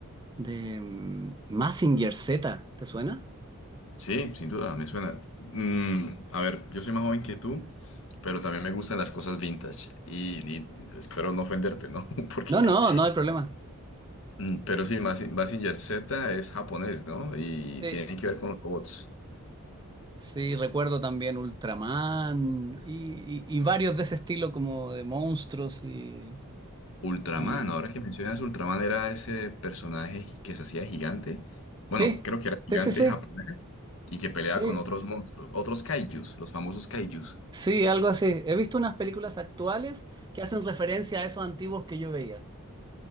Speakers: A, on the right; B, on the left.
A: de mm, Mazinger Z, ¿te suena?
B: Sí, sin duda, me suena. Mm, a ver, yo soy más joven que tú, pero también me gustan las cosas vintage. Y, y espero no ofenderte, ¿no? <laughs> Porque
A: No, no, no hay problema.
B: Mm, Pero sí, Mas- Mazinger Z es japonés, ¿no? Y
A: Sí,
B: tiene que ver con los robots.
A: sí, recuerdo también Ultraman y, y- y varios de ese estilo como de monstruos y...
B: Ultraman,
A: y...
B: ahora que mencionas Ultraman, era ese personaje gi- que se hacía gigante. Bueno,
A: Sí,
B: creo que era gigante
A: sí, sí, sí,
B: japonés y que peleaba
A: sí,
B: con otros monstruos, otros kaijus, los famosos kaijus.
A: sí, algo así. He visto unas películas actuales que hacen referencia a esos antiguos que yo veía.